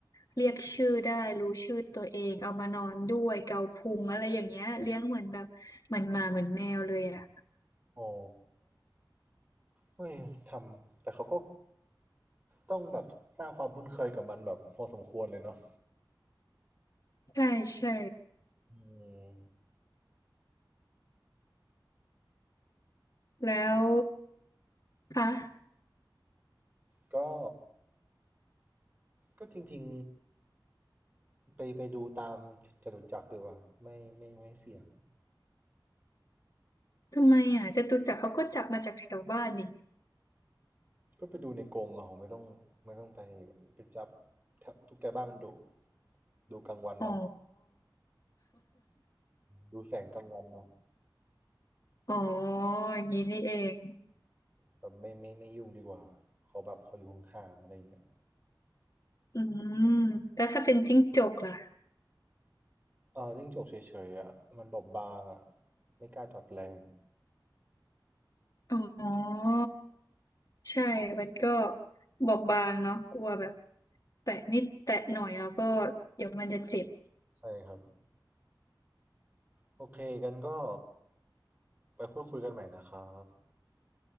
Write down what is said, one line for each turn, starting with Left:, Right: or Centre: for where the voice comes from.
Left: เรียกชื่อได้รู้ชื่อตัวเองเอามานอนด้วยเกาพุงอะไรอย่างเงี้ยเลี้ยงเหมือนแบบเหมือนหมาเหมือนแมวเลยอ่ะ
Right: อ๋อเฮ้ยทำแต่เขาก็ต้องแบบสร้างความคุ้นเคยกับมันแบบพอสมควรเลยเนาะ
Left: ใช่ใช่
Right: อืม
Left: แล้วคะ
Right: ก็ก็จริงๆ ไปไปดูตามจตุจักรดีกว่า ไม่ไม่ไม่เสี่ยง
Left: ทำไมอ่ะจตุจักรเขาก็จับมาจากแถวบ้านนี่
Right: ก็ไปดูในกรงเอาไม่ต้องไม่ต้องไปไปจับถ้าทุกแกบ้านมันดุดูกลางวันเอา
Left: อ๋อ
Right: ดูแสงกลางวันเอา
Left: อ๋ออย่างนี้นี่เอง
Right: แบบไม่ไม่ไม่ยุ่งดีกว่าขอแบบขออยู่ห่างๆอะไรอย่างเงี้ย
Left: อืมแล้วถ้าเป็นจิ้งจกล่ะ
Right: เอ่อจิ้งจกเฉยๆอ่ะมันบอบบางอ่ะไม่กล้าจับแรง
Left: อ๋อใช่มันก็บอบบางเนาะกลัวแบบแตะนิดแตะหน่อยแล้วก็เดี๋ยวมันจะเจ็บ
Right: ใช่ครับโอเคกันก็ไปพูดคุยกันใหม่นะครับ